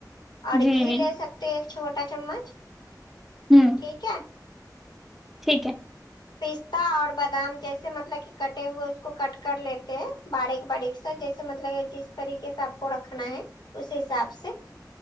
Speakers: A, on the left; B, in the centre.
A: اور
B: جی
A: گھی
B: جی
A: لے سک ایک چھوٹا چمچ
B: ہوں
A: ٹھیک ہے
B: ٹھیک ہے
A: پستتا اور بادام جیسے مطلب کہ کٹے ہوئے اس کو کٹ کر لیتے ہیں باریک باریک جیسے مطلب جس طریقے سے آپ کو رکھنا ہے اس حساب سے